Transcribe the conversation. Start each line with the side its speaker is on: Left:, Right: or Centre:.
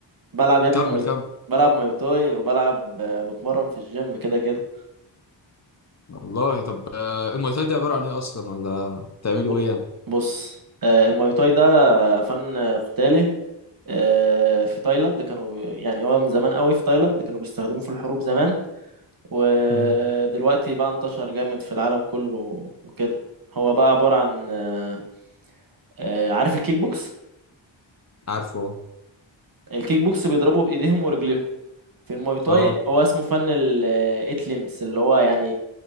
Right: بلعب يا ابني
Left: كمل
Right: ماي...
Left: كمل
Right: بلعب مايوتاي وبلعب آه، بتمرن في الجيم كده كده
Left: والله طب آه، المواي تاي دي عباره عن ايه اصلا ولا بتعملوا
Right: ب...
Left: ايه يعني
Right: بص آه، المايوتاي ده فن قتالي آه، في تايلاند كانوا يعني هو من زمان قوي في تايلاند كانوا بيستخدموه في الحروب زمان ودلوقتي
Left: امم
Right: بقى انتشر جامد في العالم كله وكده هو بقى عبارة عن آه، آه، عارف الكيك بوكس
Left: عارفه
Right: الكيك بوكس بيضربوا بإيديهم ورجليهم في الماي تاي
Left: اه
Right: هو اسمه فن الايت ليمبس اللي هو يعني